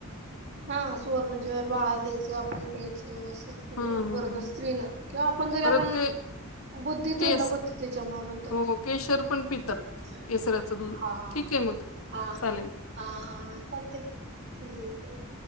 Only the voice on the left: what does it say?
हा हा
हा
परत
ते
केस
हो केशर पण पितात
केसराचं दूध
ठीक आहे मग
चालेल.